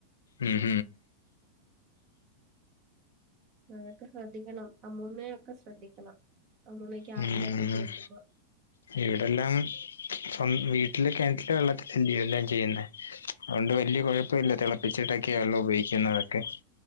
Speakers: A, on the left (about 65°); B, on the right (about 35°).
A: ഉം
B: അതൊക്കെ ശ്രദ്ധിക്കണം അമ്മൂമ്മയൊക്കെ ശ്രദ്ധിക്കണം അമ്മൂമ്മക്ക്
A: ഉം
B: ആഹാരൊക്കെ കൊടുക്
A: ഉം
B: കുമ്പോ
A: ഇവിടെല്ലാം സ്വ വീട്ടിലെ കെൺറ്റിലെ വെള്ള <unintelligible> എല്ലാം ചെയ്യുന്നേ അതുകൊണ്ട് വല്യ കൊഴപ്പമില്ല തിളപ്പിച്ചിട്ടൊക്കെയാണ് ഉപയോഗിക്കുന്നതൊക്കെ